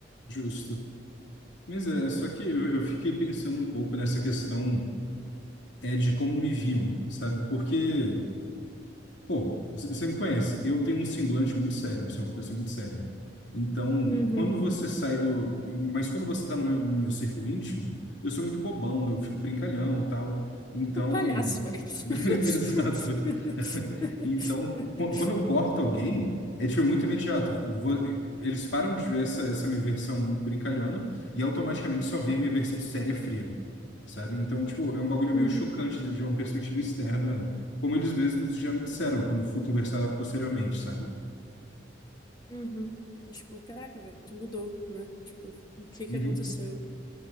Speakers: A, on the left; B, on the left.
A: Justo. Mas é, só que eu, eu fiquei pensando um pouco nessa questão é de como me viam, sabe? Porque Pô, você você me conhece, eu tenho um semblante muito sério, eu sou uma pessoa muito séria. Então,
B: Uhum.
A: quando você sai do. Mas quando você tá no meu, no meu círculo íntimo, eu sou muito bobão, eu fico brincalhão tal. Então.
B: Um palhaço, velho. <laughs>
A: <laughs> Exato. Então, qu- quando eu corto alguém, é tipo muito imediato. Vo- Eles param de ver essa, essa minha versão brincalhona e automaticamente só vê a minha versão séria fria, sabe? Então, tipo, é um bagulho
B: Uhum,
A: meio chocante de de uma perspectiva externa como eles mesmos já me disseram quando eu fui conversar posteriormente, sabe?
B: uhum. E, Tipo, caraca, velho, tu mudou, né? Tipo, o que
A: Uhum,
B: que aconteceu?